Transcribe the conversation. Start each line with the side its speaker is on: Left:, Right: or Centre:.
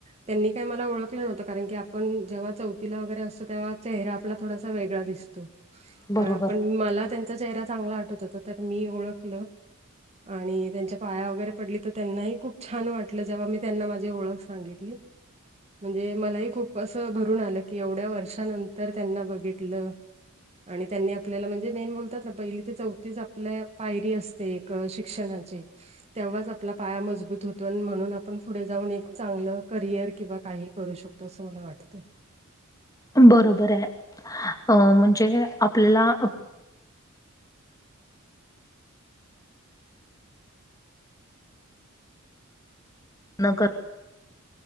Right: त्यांनी काही मला ओळखलं नव्हतं कारण की. पण जेव्हा चौथला वगैरे असतो तेव्हा चेहरा आपला थोडासा वेगळा दिसतो.
Left: बरोबर
Right: पण मला त्यांचा चेहरा चांगला आटत होता तर मी ओळखलं. आणि त्यांच्या पाया वगैरे पडली तर त्यांनाही खूप छान वाटलं जेव्हा मी त्यांना माझी ओळख. सांगितली म्हणजे मलाही खूप. असं भरून आलं की एवढ्या वर्षानंतर त्यांना बघितलं. आणि त्यांनी आपल्याला म्हणजे मेन बोलतात ना पहिली ते चौथीच आपल्या पायरी असते एक. शिक्षणाची. तेव्हाच आपला पाया मजबूत होतो आणि म्हणून आपण पुढे जाऊन एक चांगलं करियर किंवा काही करू शकतो. मला वाटतं.
Left: बरोबर आहे म्हणजे आपल्याला. नक.